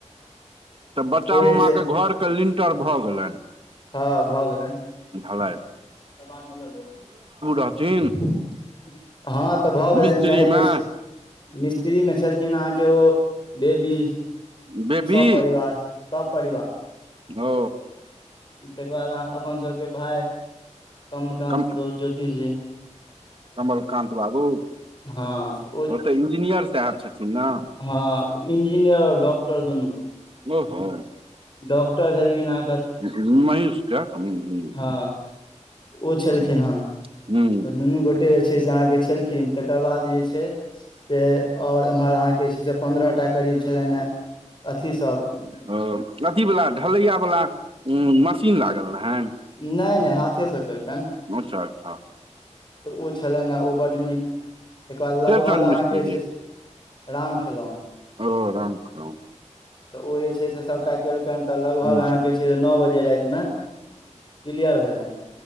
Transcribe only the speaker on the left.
जे
छै
ह भऽ गेलनि
ह बादमे लऽ ले
<unintelligible> ह तऽ भऽ
गेलैन काल्हि जे मिस्त्री मे छलखिन अहाँकेँ ओ बेबी
सपरिवार सभ परिवार
तकर बाद अपन सभके भाय कमलकान्त
दो ज्योतिषजी
हँ तऽ
ह इंजीनियर आऔर डॉक्टर दुनू
डॉक्टर छल कि कथी
हँ ओ छलखिन
हन तऽ दुनू गोटे जे छै से अहाँकेँ छलेलखिन तकर बाद जे छैय से आओर एम्हर अहाँकेँ जे छै से पन्द्रहटा करीब छलनि हे अथीसभ
नहि नहि हाथेस केलकनि
तऽ ओ छलनि हे ओ बड्ड नीक तकर बाद लगभग
अहाँकेँ जे छै राम खेलौन।
तऽ ओ जे छै से सभटा केलकैन तऽ लगभग
अहाँकेँ छै से नो बजे राइतमे किलीयर भेलैन